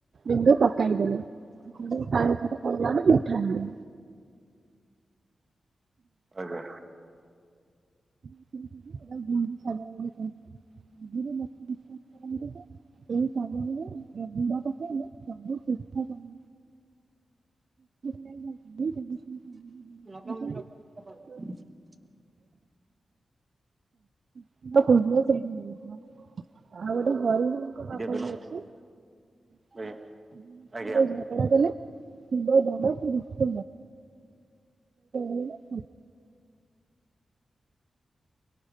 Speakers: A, on the right; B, on the right.
A: ବିନ୍ଦୁ ପକାଇଦେଲେ। ଆ ସେଠୁ ପାଣି ସେଠି ପଇଲା ନା ମିଠା ଲାଗେ।
B: ଆଜ୍ଞା।
A: <unintelligible> ଏଟାକୁ ବିନ୍ଦୁ ସାଗର ବୋଲି କୁହାଯାଏ। ଆଜିର ଲୋକ ବିଶ୍ୱାସ କରନ୍ତି ଯେ ଏଇ ସାଗରରେ ବୁଡ ପକେଇଲେ ବୋହୁତ ପିଠ <unintelligible> ସେଇ ସାଗରରେ ଗୁଡ଼
B: ଲଗାଅନି
A: ପକଉଛନ୍ତି
B: ରଖିକି କଣ
A: ଆଉ
B: <unintelligible>
A: ତ ଯାହା ଖୋଜିଲେ ସେଠି ମିଳୁଯିବ ଆଉ ଗୋଟେ ଘରୁକୁ ଦବାକୁ
B: ଟିକେ ଦେଲ
A: ବି ଅଛି <inaudible>
B: ଆଜ୍ଞା ଆଜ୍ଞା
A: ଏଟା ଦେଲେ <unintelligible> <inaudible> ସେରା ହେଲେ <inaudible>